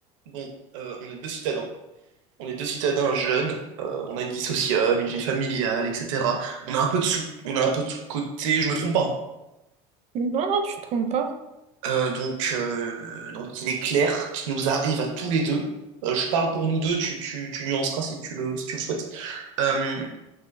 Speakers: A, on the right; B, on the right.
A: Bon, euh, on est deux citadins. On est deux citadins jeunes. euh, on a une vie sociale, une vie familiale, etc. On a un peu de sous, on a un peu de sous de côté. Je me trompe pas. hein.
B: Non, non, tu te trompes pas.
A: Euh, donc, euh, donc il est clair qu'il nous arrive à tous les deux. euh, je parle pour nous deux. Tu, tu, tu nuanceras si tu le, si tu le souhaites. Euh,